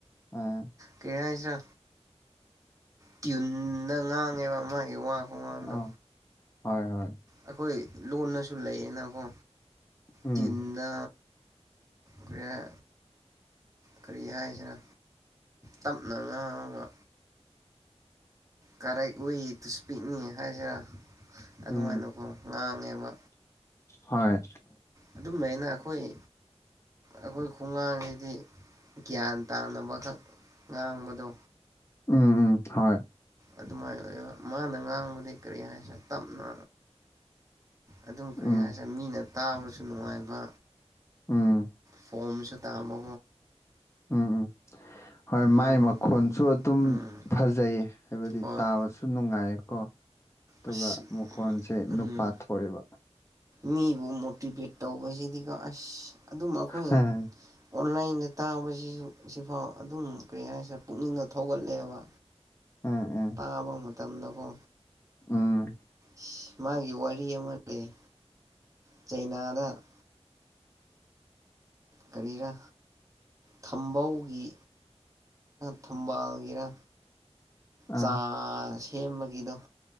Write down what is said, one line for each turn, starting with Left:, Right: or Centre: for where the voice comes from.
Left: ꯑꯣ
Right: ꯀꯩ ꯍꯥꯏꯖꯤꯔꯥ ꯇ꯭ꯌꯨꯟꯗ ꯉꯥꯡꯉꯦꯕ ꯃꯥꯒꯤ ꯋꯥ ꯈꯨꯉꯥꯡꯗꯣ
Left: ꯑꯧ ꯍꯣꯏ ꯍꯣꯏ
Right: ꯑꯩꯈꯣꯏ ꯂꯣꯟꯅꯁꯨ ꯂꯩꯌꯦꯅꯀꯣ
Left: ꯎꯝ
Right: ꯇꯤꯟꯅ ꯀꯔꯤꯍꯥꯏ ꯀꯔꯤ ꯍꯥꯏꯁꯤꯔꯥ ꯇꯞꯅ ꯉꯥꯡꯉꯒ ꯀꯔ‌‌ꯦꯛ ꯋꯦ ꯇꯨ ꯁ꯭ꯄꯤꯛꯅꯤ ꯍꯥꯏꯖꯤꯔꯥ ꯑꯗꯨꯃꯥꯏꯅꯀꯣ
Left: ꯎꯝ
Right: ꯉꯥꯡꯉꯦꯕ
Left: ꯍꯣꯏ
Right: ꯑꯗꯨꯝꯃꯥꯏꯅ ꯑꯩꯈꯣꯏ ꯑꯈꯣꯏ ꯈꯨꯡꯉꯥꯡꯁꯤꯗꯤ ꯒ꯭ꯌꯥꯟ ꯇꯥꯅꯕ ꯈꯛ ꯉꯥꯡꯕꯗꯣ
Left: ꯎꯝ ꯎꯝ ꯍꯣꯏ
Right: ꯑꯗꯨꯃꯥꯏꯅ ꯑꯣꯏꯕ ꯃꯥꯅ ꯉꯥꯡꯕꯗꯤ ꯀꯔꯤ ꯍꯥꯏꯁꯤꯔꯥ ꯇꯞꯅ ꯑꯗꯨꯝ ꯀꯔꯤ
Left: ꯎꯝ
Right: ꯍꯥꯏꯁꯤꯔꯥ ꯃꯤꯅ ꯇꯥꯕꯁꯨ ꯅꯨꯡꯉꯥꯏꯕ
Left: ꯎꯝ
Right: ꯐꯣꯝꯁꯨ ꯇꯥꯃꯣ
Left: ꯎꯝ-ꯎꯝ ꯍꯣꯏ
Right: ꯉꯥꯡꯕꯗꯣ
Left: ꯃꯥꯏ ꯃꯈꯣꯟꯁꯨ ꯑꯗꯨꯝ
Right: ꯎꯝ
Left: ꯐꯖꯩꯌꯦ ꯍꯥꯏꯕꯗꯤ
Right: ꯍꯣꯏ
Left: ꯇꯥꯕꯁꯨ ꯅꯨꯡꯉꯥꯏꯀꯣ ꯑꯗꯨꯒ
Right: ꯑꯁ
Left: ꯃꯈꯣꯟꯁꯦ
Right: ꯎꯝ
Left: ꯅꯨꯄꯥ ꯊꯣꯛꯑꯦꯕ
Right: ꯃꯤꯕꯨ ꯃꯣꯇꯤꯚꯦꯠ ꯇꯧꯕꯁꯤꯗꯤꯀꯣ ꯑꯁ ꯑꯗꯨꯝ ꯑꯩꯈꯣꯏ
Left: ꯍꯥꯏ
Right: ꯑꯣꯟꯂꯥꯏꯟꯗ ꯇꯥꯕꯁꯤꯁꯨ ꯁꯤꯐꯥꯎ ꯑꯗꯨꯝ ꯀꯔꯤ ꯍꯥꯏꯁꯤꯔ ꯄꯨꯛꯅꯤꯡꯗ ꯊꯧꯒꯠꯂꯦꯕ꯫
Left: ꯎꯝ ꯎꯝ
Right: ꯇꯥꯕ ꯃꯇꯝꯗꯀꯣ
Left: ꯎꯝ
Right: ꯑꯁ ꯃꯥꯒꯤ ꯋꯥꯔꯤ ꯑꯃ ꯂꯩ ꯆꯩꯅꯥꯗ ꯀꯔꯤꯔ ꯊꯝꯕꯧꯒꯤ ꯊꯝꯕꯥꯜꯒꯤꯔ
Left: ꯑꯥ
Right: ꯆꯥ ꯁꯦꯝꯕꯒꯤꯗꯣ